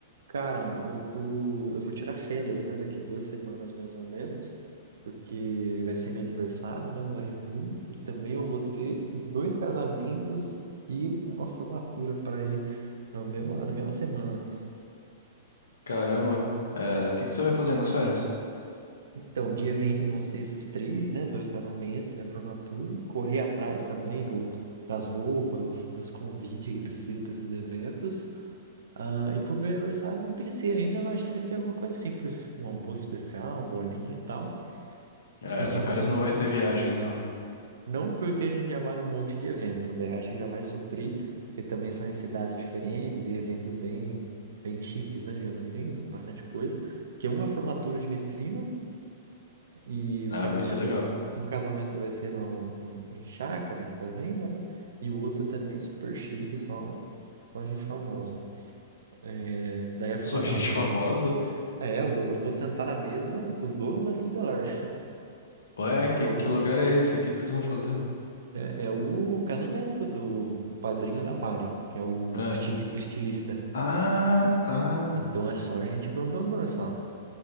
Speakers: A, on the right; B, on the left.
A: Cara, eu tô, eu vou tirar férias, né, daqui duas semanas mais ou menos, porque vai ser meu aniversário, né, agora em junho, e também eu vou ter dois casamentos e uma formatura para ir na mesma, na mesma semana.
B: Caramba, é, o que que você vai fazer nas férias?
A: Então, de evento vão ser esses três, né, dois casamentos e a formatura, correr atrás também do, das roupas, dos convites que precisa para esses eventos. Ah, e pro meu aniversário eu não pensei ainda, eu acho que vai ser alguma coisa simples, um almoço especial, um bolinho e tal.
B: É,
A: E
B: essa
A: dividir,
B: férias não vai ter viagem, então.
A: não porque a gente já vai num monte de evento, daí acho que já vai suprir, que também são em cidades diferentes e eventos bem, bem chiques, né, digamos assim, com bastante coisa, que uma é formatura de medicina e os
B: Ah,
A: casamentos,
B: vai ser legal.
A: um casamento vai ser no, em, em chácara, em fazenda, né, e o outro também super chique, só, só gente famosa. É, daí a forma,
B: Só gente
A: a forma,
B: <laughs> famosa?
A: é, eu vou, eu vou sentar na mesa do dono da Cibelar.
B: Ué, que,
A: Então,
B: que lugar é esse? O que que vocês vão fazer?
A: É, é o casamento do, do padrinho da Mari, que é o,
B: É.
A: o estili- o estilista.
B: Ah, tá.
A: Então é só gente bam bam bam só.